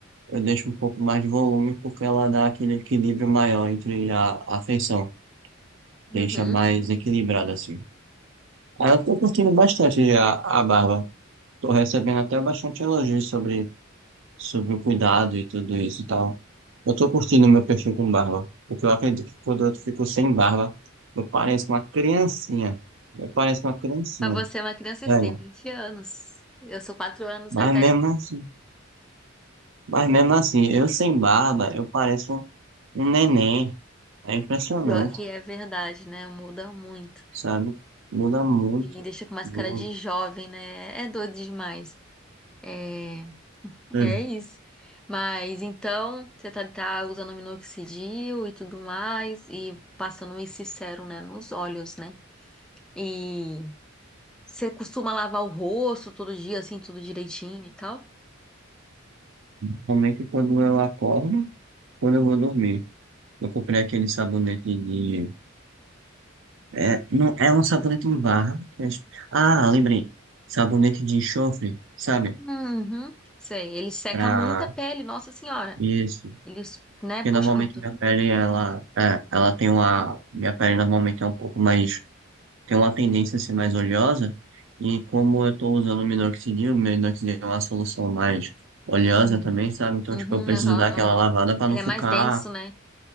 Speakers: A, on the right; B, in the centre.
A: eu deixo um pouco mais de volume porque ela dá aquele equilíbrio maior entre a, a feição, deixa
B: Uhum.
A: mais equilibrado assim. Aí eu tô curtindo bastante a, a barba, tô recebendo até bastante elogios sobre, sobre o cuidado e tudo isso e tal. Eu tô curtindo meu perfil com barba, porque eu acredito que quando eu fico sem barba, eu pareço uma criancinha, eu pareço uma criancinha,
B: Mas você é uma criança,
A: velho,
B: você tem 20 anos. Eu sou 4 anos
A: mas
B: mais velha.
A: mesmo assim, mas mesmo assim, eu sem barba, eu pareço um neném, é impressionante.
B: Pior que é verdade, né? Muda muito.
A: sabe? Muda muito.
B: E deixa com mais
A: Eu-
B: cara de jovem, né? É doido demais. É,
A: É.
B: é isso. Mas então, você tá, tá usando minoxidil e tudo mais, e passando esse sérum, né, nos olhos, né? E você costuma lavar o rosto todo dia, assim, tudo direitinho e tal?
A: Principalmente quando eu acordo, quando eu vou dormir. Eu comprei aquele sabonete de. É, não, é um sabonete em barra. que é- Ah, lembrei. Sabonete de enxofre, sabe?
B: Uhum, sei. Ele seca
A: Pra
B: muito a pele, nossa senhora.
A: isso.
B: Ele, né,
A: Porque
B: puxa
A: normalmente
B: muito.
A: minha pele, ela, é, ela tem uma. Minha pele normalmente é um pouco mais tem uma tendência a ser mais oleosa, e como eu estou usando o minoxidil, o minoxidil é uma solução mais oleosa
B: Uhum,
A: também, sabe? Então,
B: uhum,
A: tipo, eu preciso
B: aham,
A: dar aquela
B: aham.
A: lavada para
B: Ele
A: não
B: é
A: ficar,
B: mais denso, né?